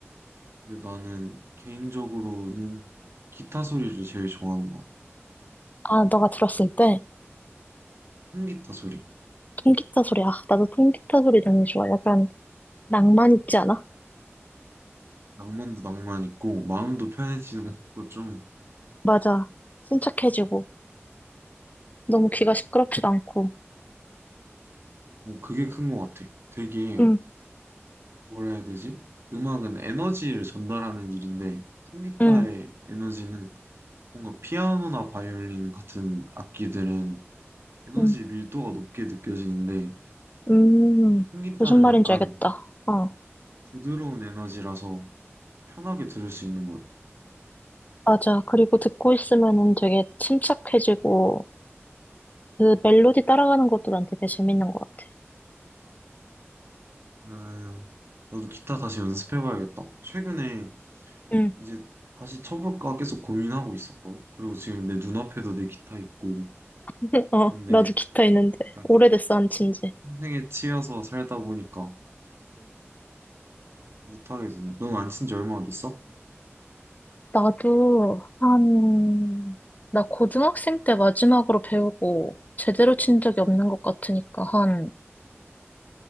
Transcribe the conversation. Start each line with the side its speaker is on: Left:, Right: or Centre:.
Right: 근데 나는 개인적으로는 기타 소리를 제일 좋아하는 것 같아.
Left: 아, 너가 들었을 때?
Right: 통기타 소리.
Left: 통기타 소리. 아, 나도 통기타 소리 너무 좋아. 약간 낭만 있지 않아?
Right: 낭만도 낭만 있고 마음도 편해지는 것 같고 좀
Left: 맞아. 침착해지고 너무 귀가 시끄럽지도 않고.
Right: 어, 그게 큰 것 같아. 되게
Left: 응,
Right: 뭐라 해야 되지? 음악은 에너지를 전달하는 일인데 통기타의
Left: 응,
Right: 에너지는 뭔가 피아노나 바이올린 같은 악기들은 에너지
Left: 응.
Right: 밀도가 높게 느껴지는데
Left: 음,
Right: 통기타는
Left: 무슨 말인지
Right: 약간
Left: 알겠다. 어,
Right: 부드러운 에너지라서 편하게 들을 수 있는 것 같아.
Left: 맞아. 그리고 듣고 있으면은 되게 침착해지고 그 멜로디 따라가는 것도 난 되게 재밌는 것 같아.
Right: 음, 나도 기타 다시 연습해봐야겠다. 최근에
Left: 응,
Right: 이제 다시 쳐볼까 계속 고민하고 있었거든. 그리고 지금 내 눈앞에도 내 기타 있고.
Left: <laughs> 어,
Right: 그런데
Left: 나도 기타 있는데
Right: 약간
Left: 오래됐어 안 친지.
Right: 현생에 치여서 살다 보니까 못하게 되네. 넌 안 친지 얼마나 됐어?
Left: 나도 한, 나 고등학생 때 마지막으로 배우고 제대로 친 적이 없는 것 같으니까 한,